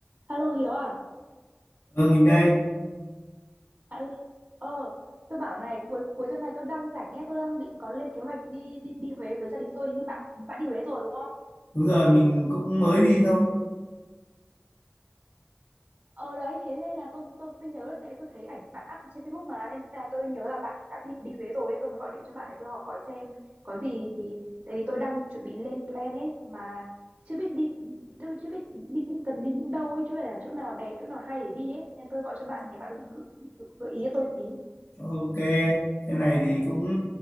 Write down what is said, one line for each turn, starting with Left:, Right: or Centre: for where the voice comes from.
Right: Alo Hiếu à?
Left: Ờ mình đây,
Right: Alo. Ờ, tôi bảo này cuối cuối tuần này tôi đang rảnh nghe, tôi đang định có lên kế hoạch đi đi đi Huế với gia đình tôi như bạn bạn đi Huế rồi đúng không?
Left: đúng rồi mình cũng mới đi thôi.
Right: Ờ đấy, thế nên là tôi tôi tôi nhớ là tại vì tôi thấy ảnh bạn up trên Facebook mà nên là tôi nhớ là bạn đã đi đi Huế rồi nên tôi mới gọi điện cho bạn để tôi hỏi xem có gì thì tại vì tôi đang chuẩn bị lên plan ấy mà chưa biết đi tôi chưa biết đi những cần đi những đâu ấy chứ phải là chỗ nào đẹp chỗ nào hay để đi ấy nên tôi gọi cho bạn nhờ bạn gợi gợi- gợi ý cho tôi tí.
Left: Ok, cái này thì cũng